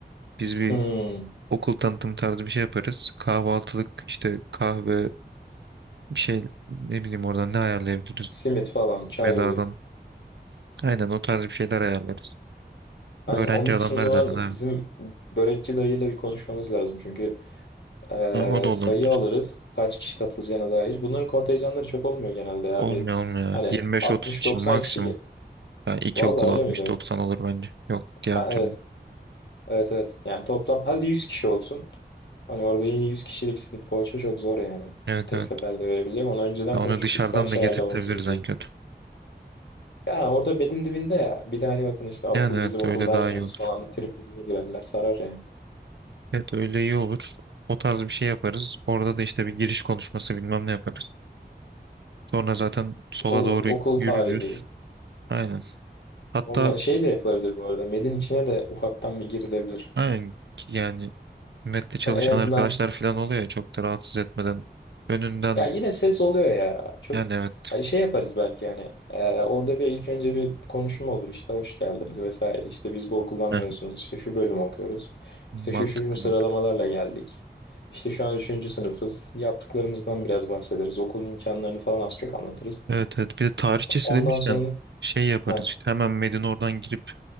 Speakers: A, on the right; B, on the left.
A: Biz bir
B: Hmm,
A: okul tanıtım tarzı bir şey yaparız. Kahvaltılık işte kahve bir şey ne bileyim oradan ne ayarlayabiliriz
B: simit falan çay
A: bedadan.
B: olur.
A: Aynen o tarz bir şeyler ayarlarız.
B: Yani
A: Öğrenci
B: onun
A: adamlar
B: için o zaman
A: zaten abi.
B: bizim börekçi dayıyla bir konuşmamız lazım. Çünkü Ee,
A: Ha, o da olur.
B: sayı alırız. Kaç kişi katılacağına dair. Bunların kontenjanları çok olmuyor genelde ya.
A: Olmuyor
B: Bir
A: olmuyor.
B: hani
A: yirmi beş
B: 60-90
A: otuz kişi maksimum.
B: kişi. ge-
A: Yani iki
B: Vallahi
A: okul altmış
B: öyle mi diyorsun?
A: doksan olur bence. Yok diğer
B: Ha,
A: türlü.
B: evet. Evet evet. Yani toplam hadi 100 kişi olsun. Hani orada yine 100 kişilik simit poğaça çok zor yani.
A: Evet
B: Tek
A: evet.
B: seferde verebileceğim. Onu önceden
A: Ya Onu
B: konuşup
A: dışarıdan
B: bir sipariş
A: da getirtebiliriz
B: ayarlamamız gerekiyor.
A: en kötü.
B: Ya orada bedin dibinde ya. Bir de hani bakın işte okul
A: Yani evet
B: bizim okuldan
A: öyle daha
B: yiyoruz
A: iyi olur.
B: falan. Triplerine girerler sarar yani.
A: Evet öyle iyi olur. O tarz bir şey yaparız. Orada da işte bir giriş konuşması bilmem ne yaparız. Sonra zaten sola
B: Olur.
A: doğru
B: Okul
A: yürürüz.
B: tarihi.
A: Aynen. Hatta
B: Onunla şey de yapılabilir bu arada. Medin içine de ufaktan bir girilebilir.
A: aynen yani mette çalışan
B: Hani en azından
A: arkadaşlar falan oluyor ya çok da rahatsız etmeden önünden
B: ya yine ses oluyor ya. Çok
A: yani evet
B: hani şey yaparız belki yani. Ee, orada bir ilk önce bir konuşma olur işte hoş geldiniz vesaire. İşte biz bu okuldan
A: Heh,
B: mezunuz. işte şu bölüm okuyoruz. İşte şu
A: mantıklı
B: şu, şu sıralamalarla geldik. İşte şu an üçüncü sınıfız. Yaptıklarımızdan biraz bahsederiz. Okulun imkanlarını falan az çok anlatırız.
A: Evet evet bir de tarihçesi
B: Ondan
A: demişken
B: sonra
A: şey yaparız
B: ha
A: işte hemen Medine oradan girip